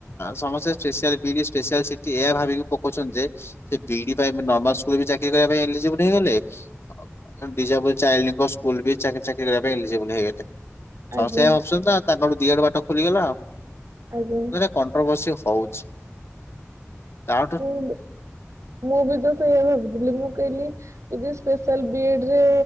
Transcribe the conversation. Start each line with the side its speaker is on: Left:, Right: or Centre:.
Left: ସମସ୍ତେ ସ୍ପେଶଆଲ ବି ସ୍ପେଶାଲ ସିଟି ଏଇଆ ଭାବିକି ପ କହୁଛନ୍ତି ଯେ ବିଇଡି ନମର୍କୁ ବି ଚାକିରି କରିବା ପାଇଁ ଏଲିଜିିବଲ ହେଇଗଲେ ଡିଯାବୁଲ ସ୍କୁଲ ବି ଚାକି ଚାିରି ଏଲିଜିବଲ ହେଇଗଲେ। <unintelligible>
Right: ଆଜ୍ଞା
Left: ଭାବୁଛନ୍ତି ନା ତାଙ୍କଠୁ ଦିଆଡେ ବାଟ ଖୋଲିଗଲା ଆଉ।
Right: ଆଜ୍ଞା
Left: କଣ୍ଟ୍ରଭସି ହଉଛି ତା
Right: ମୁଁ ବି ମୁଁ ବି ତ ସେଇୟ ଭାବୁଥିଲି ମୁଁ କହିଲି ଯଦି ସ୍ପେଶାଲ ବିଇଡ ରେ